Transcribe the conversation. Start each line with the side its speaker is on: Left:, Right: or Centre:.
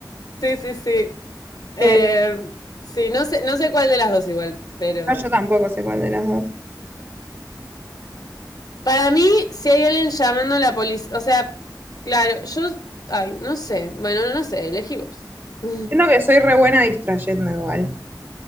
Left: sí, sí, sí. Eh,
Right: Eh,
Left: sí, no sé, no sé cuál de las dos igual, pero.
Right: no, yo tampoco sé cuál de las dos.
Left: Para mí, si hay alguien llamando a la policía. O sea, claro, yo. Ay, no sé. Bueno, no no sé, elegí vos. <laughs>
Right: Siento que soy re buena distrayendo igual.